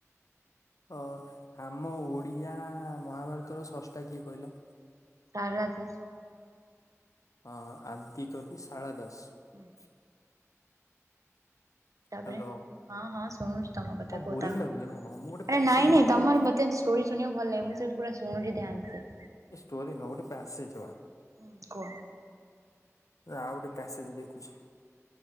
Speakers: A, on the left (about 80°); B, on the right (about 80°).
A: ଅ ଆମ ଓଡିଆ ମହାଭାରତର ସ୍ରଷ୍ଟା କିଏ କହିଲ?
B: ସାରଳା ଦାସ।
A: ଅଁ ଆଦିକବି ସାରଳା ଦାସ।
B: ହୁଁ ତାପରେ
A: ହ୍ୟାଲୋ
B: ହଁ ହଁ ଶୁଣୁଛି ତମ କଥା
A: କଣ
B: କୁ
A: ବୋରିଂ
B: ତା
A: ଲାଗୁଛି ନା କଣ ମୁଁ ଗୋଟେ
B: ଆରେ
A: ପ୍ୟାସେଜ
B: ନାଇଁ ନାଇଁ
A: ପଢିଦେଲି
B: ତମର ମତେ ଷ୍ଟୋରି ଶୁଣିବାକୁ ଭଲ ଲାଗେ ମୁଁ ସେ ପୁରା ଶୁଣୁଛି ଧ୍ୟାନ ସେ।
A: ଏ ଷ୍ଟୋରି ନୁହ ଗୋଟେ ପାସେଜ ବା।
B: ହୁଁ କୁହ
A: ଆଉ ଗୋଟେ ପ୍ୟାସେଜ ଦେଖୁଛି।